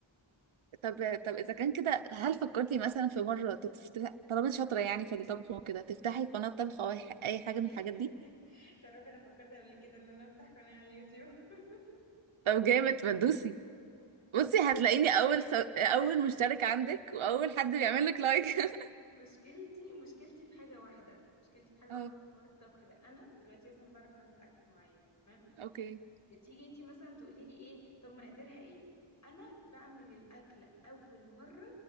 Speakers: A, on the right; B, on the left.
A: طب طب اذا كان كده هل فكرتي مثلا في مره تفتح طالما انت شاطره يعني في الطبخ وكده تفتحي قناه طبخ او اي ح- أي حاجه
B: <laughs>
A: من الحاجات دي
B: تعرفي انا فكرت قبل كده ان انا افتح قناة على اليوتيوب <laughs>
A: طب جامد ما تدوسي بصي هتلاقيني اول سو... اول مشترك عندك واول حد بيعمل لك لايك <laughs>
B: مشكلتي مشكلتي في حاجة واحدة مشكلتي في حاجة
A: اه
B: واحدة في حوار الطبخ ده أنا دلوقتي مثلا بعرف أعمل أكل معين تمام
A: اوكي
B: بتيجي أنتي مثلا تقولي لي إيه طب مقاديرها إيه أنا بعمل الأكلة أول مرة